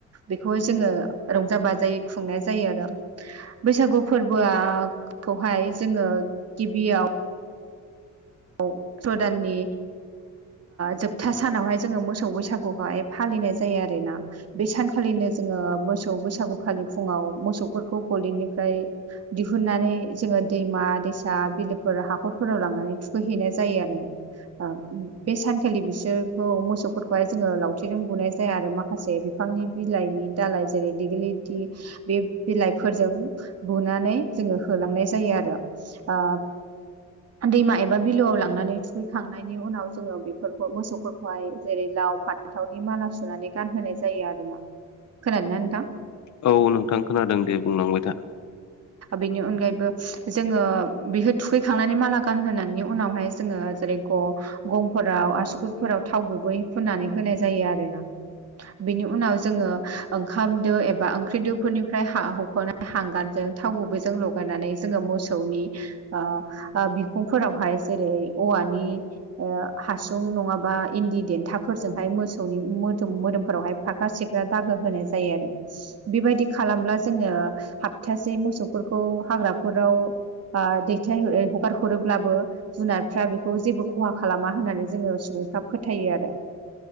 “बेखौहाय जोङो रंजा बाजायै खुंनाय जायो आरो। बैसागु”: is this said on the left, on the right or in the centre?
Right